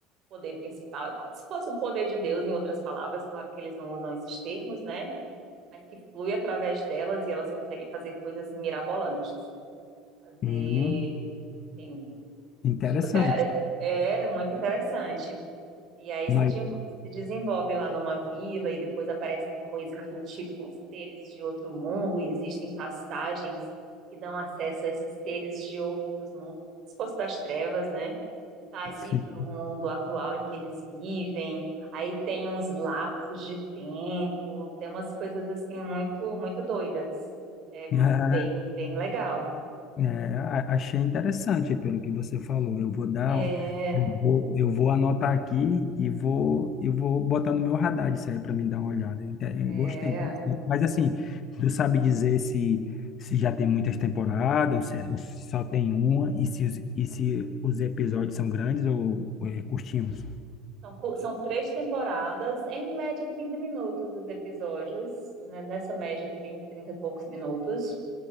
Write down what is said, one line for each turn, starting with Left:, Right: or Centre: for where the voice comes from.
Right: poder principal. É como se fosse o poder de Deus, em outras palavras, claro que eles não usam esses termos, né? Mas que flui através delas e elas conseguem fazer coisas mirabolantes. Fazer.
Left: Hum,
Right: Assim,
Left: interessante.
Right: tipo, que é, é muito interessante. E aí
Left: Mas,
Right: se, de- se desenvolve lá numa vila e depois aparecem coisas do tipo seres de outro mundo e existem passagens que dão acesso a esses seres de outros mundos, como se fosse das trevas, né? Sair
Left: sim.
Right: para o mundo atual em que eles vivem. Aí tem uns lapsos de tempo, tem umas coisas assim muito, muito doidas. É
Left: <laughs>
Right: bem, bem legal.
Left: É, a- achei interessante pelo que você falou. Eu vou dar,
Right: É,
Left: eu vou, eu vou anotar aqui e vou, e vou botar no meu radar isso aí para mim dar uma olhada. Inte- eh,
Right: é.
Left: Gostei. interessante. Mas assim, tu sabe dizer se, se já tem muitas temporadas ou se, é, ou se só tem uma e se, os- e se os episódios são grandes ou, ou é, curtinhos?
Right: São, cu- são três temporadas, em média 30 minutos os episódios, né? Nessa média trinta 30 e poucos minutos.